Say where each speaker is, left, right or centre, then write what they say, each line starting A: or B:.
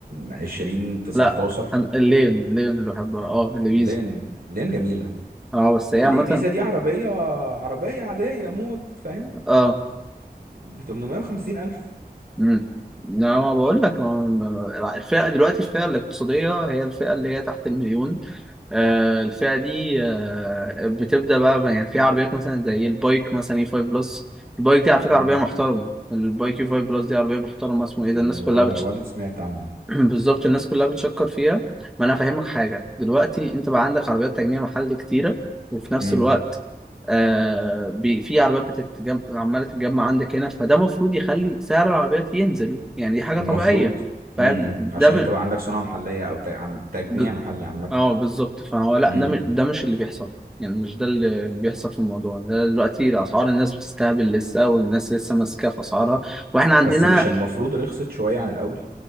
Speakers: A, on the right (about 70°); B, in the centre.
A: 20 19
B: لا انا الليون الليون اللي بحبها اه اللي بيزا
A: لين لين جميله
B: اه بس هي
A: الابيزا
B: عامة
A: دي عربيه عربيه عاديه موت فاهم
B: اه
A: ب 850 الف
B: امم لا ما بقول لك ما ما- الفئة دلوقتي الفئة الاقتصادية هي الفئة اللي هي تحت المليون آه، الفئة دي آه، بتبدأ بقى يعني في عربيات مثلا زي البايك مثلا اي 5 بلس البايك دي على فكرة
A: مم.
B: عربية محترمة البايك اي 5 بلس دي عربية محترمة اسمه ايه ده الناس
A: ولا
B: كلها
A: ولا سمعت عنها
B: <clears throat> بالظبط الناس كلها بتشكر فيها ما انا فاهمك حاجه دلوقتي انت بقى عندك عربيات تجميع محلي كتيره وفي نفس
A: مم.
B: الوقت آه بي في عربيات بتتجمع عماله تتجمع عندك هنا فده المفروض يخلي سعر العربيات ينزل يعني دي حاجه
A: المفروض
B: طبيعيه
A: مم.
B: فاهم ده
A: عشان
B: ب...
A: انت بقى عندك صناعه محليه او ت- عم- تجميع
B: ب...
A: محلي عامه
B: اه بالظبط فهو لا
A: مم.
B: ده, م... ده مش اللي بيحصل بقى. يعني مش ده اللي اللي بيحصل في الموضوع ده دلوقتي الاسعار الناس بتستهبل لسه والناس لسه ماسكه في اسعارها واحنا عندنا
A: بس مش المفروض رخصت شويه عن الاول